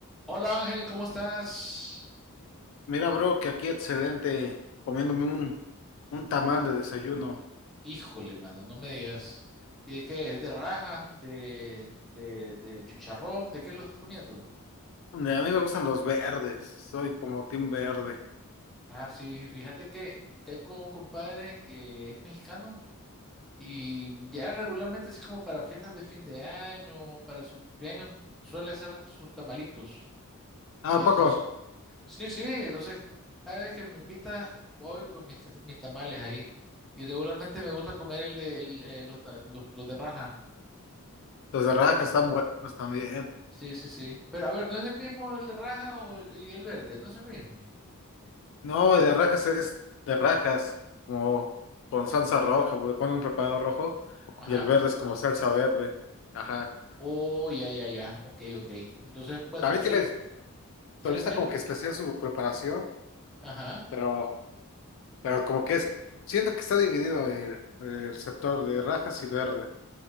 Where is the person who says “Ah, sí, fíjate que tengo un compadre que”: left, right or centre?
Centre